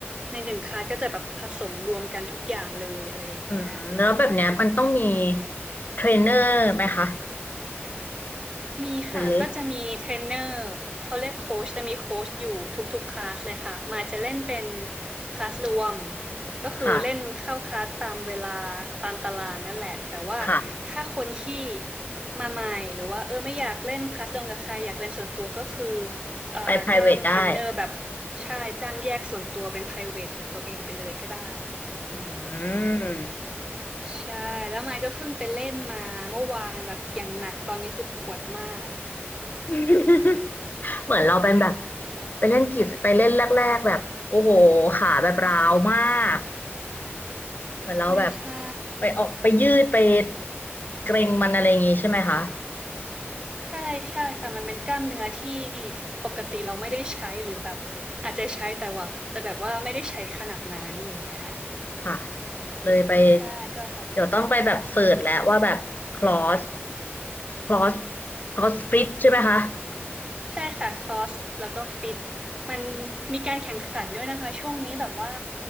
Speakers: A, on the right; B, on the left.
A: ในหนึ่งคลาสก็จะแบบผสมรวมกันทุกอย่างเลยอะไรอย่างเงี้ย
B: อืมแล้วแบบเนี้ยมันต้องมีเทรนเนอร์ไหมคะ
A: มีค่ะก็จะมีเทรนเนอร์เขาเรียกโค้ชจะมีโค้ชอยู่ทุกๆคลาสเลยค่ะมายจะเล่นเป็น
B: หรือ
A: คลาสรวมก็คือเล่นเข้าคลาสตามเวลา
B: ค่ะ
A: ตามตารางนั่นแหละแต่ว่าถ้าคนที่
B: ค่ะ
A: มาใหม่หรือว่าเออไม่อยากเล่นคลาสรวมกับใครอยากเป็นส่วนตัวก็คือเอ่อจ้างเทรนเนอร์แบบ
B: ไป private ได้
A: ใช่จ้างแยกส่วนตัวเป็น private ของตัวเองไปเลยก็ได้
B: อืม
A: ใช่แล้วมายก็เพิ่งไปเล่นมาเมื่อวานแบบอย่างหนักตอนนี้คือปวดมาก
B: <laughs> เหมือนเราเป็นแบบไปเล่นกีฬาไปเล่นแรกๆแบบโอ้โหขาแบบร้าวมากเหมือนเราแบบ
A: ใช่ใช่
B: ไปออกไปยืดไปเกร็งมันอะไรอย่างงี้ใช่ไหมคะ
A: ใช่ใช่ค่ะมันเป็นกล้ามเนื้อที่ปกติเราไม่ได้ใช้หรือแบบอาจจะใช้แต่ว่าแต่แบบว่าไม่ได้ใช้ขนาดนั้นอย่างเงี้ย
B: ค่ะเลยไป
A: ใช่ก็แบบ
B: เดี๋ยวต้องไปแบบเสิร์ชแล้วว่าแบบคลอสคลอสคลอสฟิตใช่ไหมคะ
A: ใช่ค่ะครอสแล้วก็ฟิตมันมีการแข่งขันด้วยนะคะช่วงนี้แบบว่า